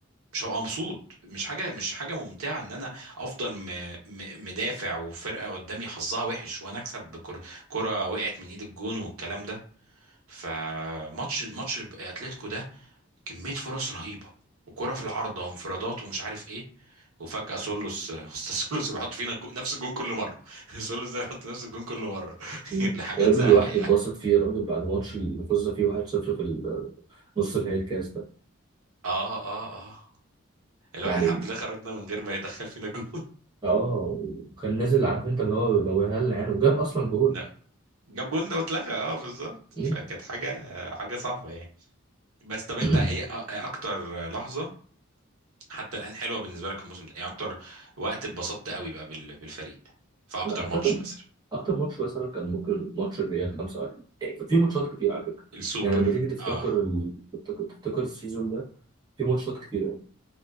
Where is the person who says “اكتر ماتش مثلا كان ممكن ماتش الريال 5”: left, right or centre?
Right